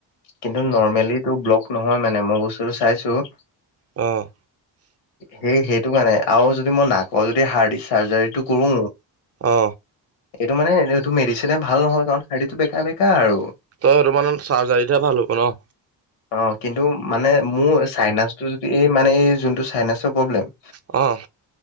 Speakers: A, on the left; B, on the right.
A: কিন্তু নৰ্মেলি তোৰ ব্লক নহয় মানে মই বস্তুটো চাইছো।
B: অ'।
A: সেই সেইটো কাৰণে আৰু যদি মই নাকৰ যদি হাৰ্ডী চাৰ্জাৰীটো কৰো।
B: অ
A: এইটো মানে এইটো মেডিচিনে ভাল নহয় কাৰণ হাৰ্ডিটো বেকা বেকা আৰু।
B: তই সেইটো মানে চাৰ্জাৰীতহে ভাল হ'ব ন?
A: অ', কিন্তু মানে মোৰ চাইনাচটো যদি এই যোনটো চাইনাছৰ প্ৰব্লেম।
B: অ'।